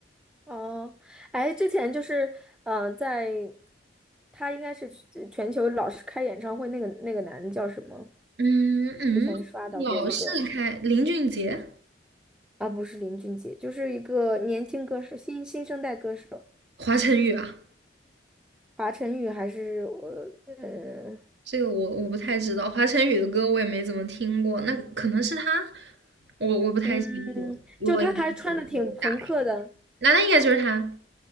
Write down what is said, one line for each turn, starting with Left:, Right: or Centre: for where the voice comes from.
Centre: 哦，哎，之前就是嗯、呃在他应该是全全球老是开演唱会那个那个男的叫什么？
Right: 嗯嗯，
Centre: 之前刷到过一个
Right: 老是开林俊杰、
Centre: 啊，不是林俊杰，就是一个年轻歌手，新新生代歌手。
Right: 华晨宇啊，
Centre: 华晨宇还是我，呃，
Right: 这个我我不太知道，华晨宇的歌我也没怎么听过，那可能是他，我我不太清楚。
Centre: 嗯，
Right: 如果影响力这么大，
Centre: 就他还穿的挺朋克的，
Right: 那那应该就是他，